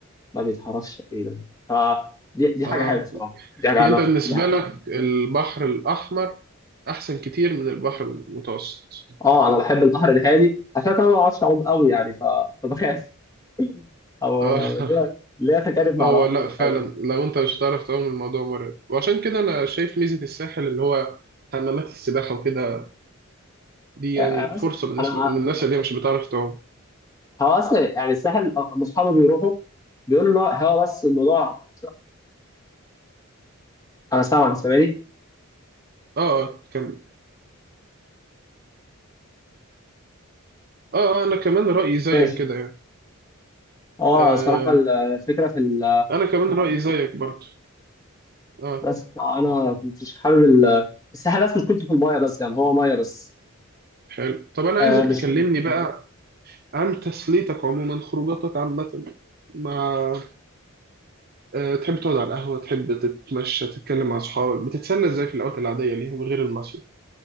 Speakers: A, on the left; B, on the right.
A: ما بيتحركش تقريبا فدي دي
B: اه
A: حاجه حلوه صراحه دي حاجه
B: يعني
A: انا
B: انت بالنسبة
A: بح-
B: لك البحر الأحمر أحسن كتير من البحر المتوسط
A: اه انا بحب البحر الهادي عشان كده ما بعرفش اعوم قوي يعني ف- فبخاف او
B: اه <laughs>
A: ليا ليا تجارب مع
B: هو
A: العوم
B: لا
A: مش
B: فعلا
A: حلوه
B: لو انت مش هتعرف تعوم الموضوع مرعب وعشان كده انا شايف ميزة الساحل اللي هو حمامات السباحة وكده دي يعني
A: يعني انا
B: فرصة
A: أص-
B: بالنسبة
A: أنا-
B: للناس اللي هي مش بتعرف تعوم
A: هو اصلا يعني الساحل أ- أما اصحابي بيروحوا بيقولوا لا هو بس الموضوع انا سامع سامعني
B: اه اه كمل اه آه، انا كمان رأيي زيك
A: ماشي
B: كده يعني
A: هو
B: آه
A: صراحه الفكره في ال...
B: انا كمان رأيي زيك برضه اه
A: بس انا كنتش حابب ال- الساحل بس مش كنت في المايه بس يعني هو مايه بس
B: حلو طب انا
A: آه
B: عايزك
A: مش
B: تكلمني بقى عن تسليتك عموما خروجاتك عامة مع آه، تحب تقعد على القهوة تحب تتمشى تتكلم مع أصحابك بتتسلى إزاي في الأوقات العادية اللي هي من غير المصيف